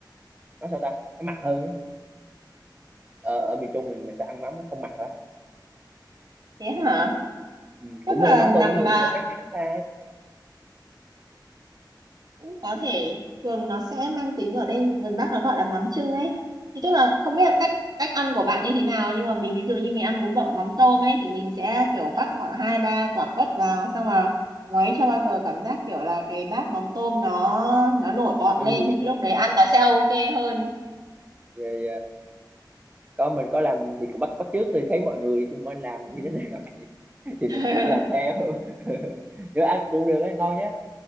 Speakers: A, on the right (about 20°); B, on the right (about 55°).
A: nó sao ta Cái mặn hơn nhá ở ở miền Trung thì người ta ăn mắm nó không mặn lắm
B: thế hả
A: ừ,
B: tức
A: cũng
B: là
A: là cái mắm
B: nằm
A: tôm đó thôi
B: mà
A: nhưng mà cách cái cách ta ấy
B: cũng có thể thường nó sẽ mang tính ở đây gần Bắc nó gọi là mắm chưng ấy thì tức là không biết
A: à,
B: là cách cách ăn của bạn như thế nào nhưng mà mình ví dụ như mình ăn bún bò mắm tôm ấy thì mình sẽ kiểu vắt khoảng hai ba quả quất vào xong là ngoáy cho bao giờ cảm giác kiểu là cái bát mắm tôm nó nó nổi bọt
A: lên
B: lên
A: mùi
B: thì cái lúc đấy ăn nó sẽ ok hơn
A: rồi à, có mình có làm thì cũng bắt bắt chước thì thấy mọi người xung quanh làm
B: ừ.
A: như thế này <laughs> thì mình
B: <laughs>
A: cũng làm theo <laughs> nếu ăn cũng được ấy, ngon nhá